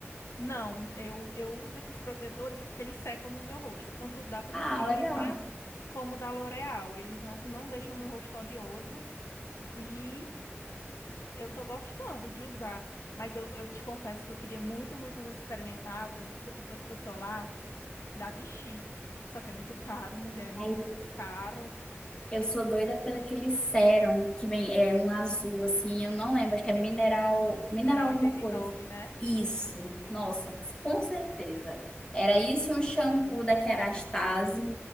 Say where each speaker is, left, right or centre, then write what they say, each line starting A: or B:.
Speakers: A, on the left (about 80°); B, on the left (about 20°).
A: Não, eu, eu uso esses protetores porque eles secam no meu rosto, tanto da Principia
B: Ah, legal.
A: como da L'Oréal. Eles não, não deixam meu rosto oleoso e eu tô gostando de usar, mas eu, eu te confesso que eu queria muito, muito, muito experimentar o protetor, so- o protetor solar da Vichy. Só que é muito caro, mulher, é muito,
B: Aí,
A: muito caro.
B: é, Eu sou doida pelo aquele sérum que vem é um azul assim, eu não lembro, acho que é mineral, mineral
A: Mineral 89,
B: alguma coisa.
A: né?
B: Isso. Nossa, com certeza. Era isso e um shampoo da Kerastase